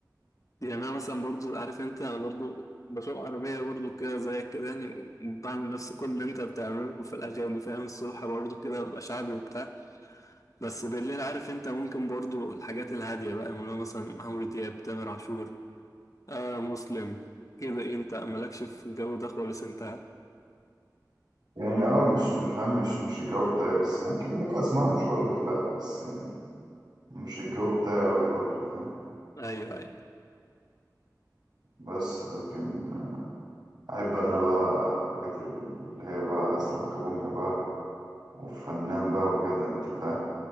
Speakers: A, on the left; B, on the right.
A: يعني انا مثلا برضو عارف انت انا برضو بسوق عربيه برضو كده زيك كده يعني وبعمل نفس كل اللي انت بتعمله في الاغاني فاهم الصبح برضو كده ببقى شعبي وبتاع بس بالليل عارف انت ممكن برضو الحاجات الهادية بقى اللي هو مثلا عمرو دياب تامر عاشور آه مسلم كده ايه انت مالكش في الجو ده خالص انت
B: يعني اه مش مش فاهم مش مش الجو بتاعي بس ممكن ممكن اسمعها مش هقول لك لا بس يعني مش الجو بتاعي قوي برضو فاهم
A: ايوه ايوه
B: بس لكن أحب أنا بقى حاجات اللي هي بقى إسلام كابونجا بقى وفنان بقى وكده أنت فاهم